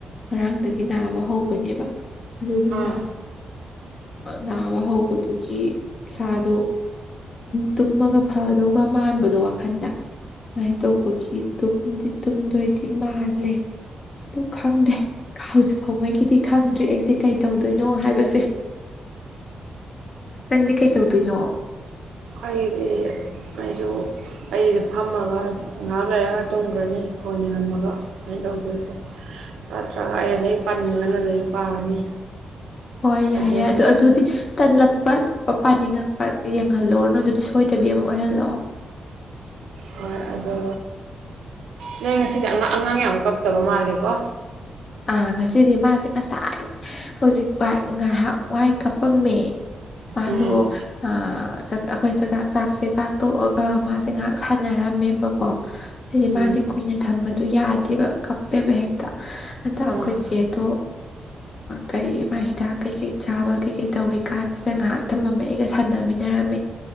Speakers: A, on the left; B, on the right.
A: ꯉꯔꯥꯡꯗꯒꯤ ꯅꯥꯕ ꯍꯧꯕꯅꯦꯕ ꯑꯗꯨꯗꯨꯗ
B: ꯑꯥ
A: ꯅꯥꯕ ꯍꯧꯕꯗꯨꯒꯤ ꯏꯁꯥꯗꯣ ꯇꯨꯝꯃꯒ ꯐꯗꯧꯕꯒ ꯃꯥꯟꯕꯗꯣ ꯋꯥꯈꯟꯗ ꯁꯃꯥꯏꯅ ꯇꯧꯕꯒꯤ ꯇꯗꯤ ꯇꯨꯝꯗꯣꯏꯗꯤ ꯃꯥꯜꯂꯦ ꯑꯗꯨ ꯈꯪꯗꯦ ꯍꯧꯖꯤꯛ ꯐꯥꯎꯉꯩꯒꯤꯗꯤ ꯈꯪꯗ꯭ꯔꯤ ꯑꯩꯁꯦ ꯀꯩ ꯇꯧꯗꯣꯏꯅꯣ ꯍꯥꯏꯕꯁꯦ ꯅꯪꯗꯤ ꯀꯩ ꯇꯧꯗꯣꯏꯅꯣ
B: ꯑꯩꯗꯤ ꯑꯩꯁꯨ ꯑꯩꯒꯤꯗ ꯐꯝꯃꯒ ꯉꯍꯥꯛ ꯂꯩꯔꯒ ꯇꯨꯝꯈ꯭ꯔꯅꯤ ꯍꯣꯟ ꯌꯦꯉꯝꯃꯒ ꯑꯩꯅ ꯇꯧꯗꯣꯏꯁꯦ ꯅꯠꯇ꯭ꯔꯒ ꯑꯩꯅꯗꯗꯒꯤ ꯄꯥꯅꯤꯡꯗꯅ ꯂ ꯄꯥꯔꯅꯤ
A: ꯍꯣꯏ ꯌꯥꯏ
B: ꯑꯗꯨ
A: ꯌꯥꯏ ꯑ ꯑꯗꯨꯗꯤ ꯇꯟ ꯠ ꯄꯥꯅꯤꯡꯉꯛꯄ ꯌꯦꯡꯍꯜꯂꯨꯔꯅꯨ ꯑꯗꯨꯗꯤ ꯁꯣꯏꯗꯕꯤ ꯑꯃ ꯑꯣꯏꯍꯜꯂꯛꯑꯣ
B: ꯍꯣꯏ ꯑꯗꯨ ꯅꯣꯏ ꯉꯁꯤꯗꯤꯥꯡ ꯑꯉꯥꯡ ꯌꯥꯝ ꯀꯞꯇꯕ ꯃꯥꯜꯂꯦꯀꯣ
A: ꯑ ꯉꯁꯤꯗꯤ ꯃꯥꯁꯦ ꯉꯁꯥꯏ ꯍꯧꯖꯤꯛ ꯉꯥꯏꯍꯥꯛ ꯋꯥꯏ ꯀꯥꯞꯄꯝꯃꯦ ꯑꯣ
B: ꯎꯝ
A: ꯑ ꯑꯩꯈꯣꯏ ꯆꯥꯛꯖꯥꯛ ꯆꯥꯛꯁꯦ ꯆꯥꯛꯇꯣꯛꯑꯒ ꯃꯥꯁꯦ ꯉꯥꯏꯍꯥꯛ ꯁꯥꯟꯅꯔꯝꯃꯦꯕꯀꯣ ꯑꯗꯤ
B: ꯎꯝ
A: ꯃꯥꯗꯤ ꯀꯨꯏꯅ ꯊꯝꯕꯗꯨ ꯌꯥꯗꯦ ꯕ ꯀꯞꯄꯦꯕ ꯍꯦꯛꯇ ꯑꯟꯗ ꯑꯩꯈꯣꯏ
B: ꯎꯝ
A: ꯆꯦꯗꯣ ꯀꯩ ꯃꯥ ꯍꯤꯗꯥꯛ ꯀꯩꯀꯩ ꯆꯥꯕ ꯀꯩꯀꯩ ꯇꯧꯔꯤ ꯀꯥꯟꯁꯤꯗ ꯉꯥꯏꯍꯥꯛ ꯊꯝꯃꯝꯃꯦ ꯑꯩꯒ ꯁꯥꯟꯅꯃꯤꯟꯅꯔꯝꯃꯤ